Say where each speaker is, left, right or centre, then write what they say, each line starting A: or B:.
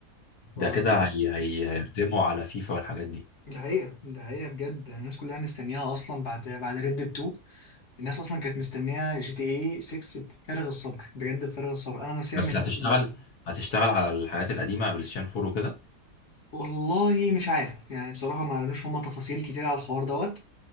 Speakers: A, on the left (about 45°); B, on the left (about 70°).
A: ف...
B: ده كده هي... هي... هيرتموا على فيفا والحاجات دي
A: ده حقيقة ده حقيقة بجد الناس كلها مستنياها أصلا بعد بعد ريد 2 الناس أصلا كانت مستنية جي تي إيه 6 بفارغ الصبر بجد بفارغ الصبر أنا نفسيا
B: بس
A: من الناس
B: هتشتغل
A: اللي
B: هتشتغل على الحاجات القديمه بلايستيشن 4 وكده
A: والله مش عارف يعني بصراحة ما قالولوش هما تفاصيل كتير على الحوار دوت